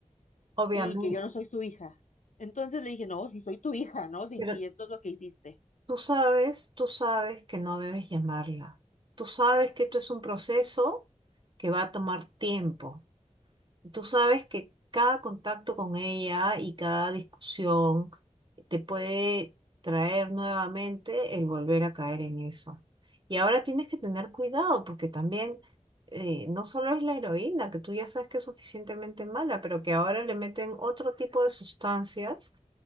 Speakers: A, on the right; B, on the left.
A: Obviamente,
B: y que yo no soy su hija. Entonces le dije, no, si soy tu hija, ¿no? si
A: pero
B: si esto es lo que hiciste.
A: tú sabes, tú sabes que no debes llamarla. Tú sabes que esto es un proceso que va a tomar tiempo. Tú sabes que cada contacto con ella y cada discusión te puede traer nuevamente el volver a caer en eso. Y ahora tienes que tener cuidado porque también eh, no solo es la heroína, que tú ya sabes que es suficientemente mala, pero que ahora le meten otro tipo de sustancias